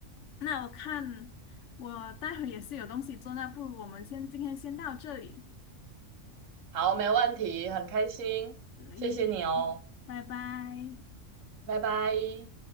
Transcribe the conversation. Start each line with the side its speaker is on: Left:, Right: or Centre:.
Left: 那我看我待会儿也是有东西做，那不如我们先今天先到这里，
Right: 好，没问题，很开心，
Left: 所以
Right: 谢谢你哦，
Left: 拜拜。
Right: 拜拜。